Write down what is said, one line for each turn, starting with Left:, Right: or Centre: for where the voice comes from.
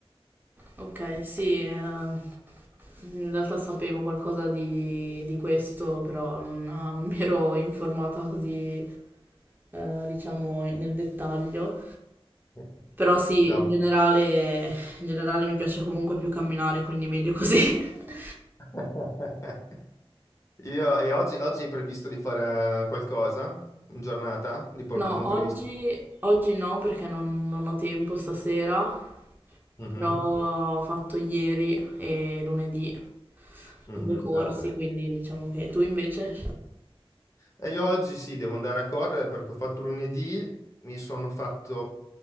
Right: ok, sì. eh, In realtà sapevo qualcosa di, di questo, però non, non mi ero informata così, eh, diciamo, nel dettaglio.
Left: <laughs>
Right: Però sì,
Left: No.
Right: in generale, in generale mi piace comunque più camminare, quindi meglio così. <laughs>
Left: <laughs> Io, e oggi, oggi hai previsto di fare qualcosa in giornata, di dal
Right: No,
Left: punto
Right: oggi,
Left: di vista?
Right: oggi no perché non, non ho tempo stasera,
Left: Mhm,
Right: però ho fatto ieri e lunedì
Left: mhm.
Right: due corsi,
Left: Ah, vabbè.
Right: quindi diciamo che tu invece.
Left: E io oggi sì, devo andare a correre perché ho fatto lunedì, mi sono fatto,